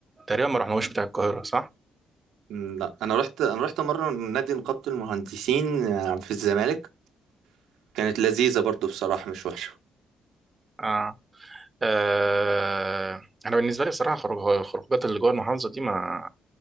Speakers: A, on the right; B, on the right.
A: تقريبا ما رحناهوش بتاع القاهره صح
B: مم، لا أنا رحت أنا رحت مرة نادي نقابة المهندسين آه، في الزمالك كانت لذيذة برضو بصراحة مش وحشة
A: اه آه، انا بالنسبه لي بصراحه خروج الخروجات اللي جوه المحافظه دي ما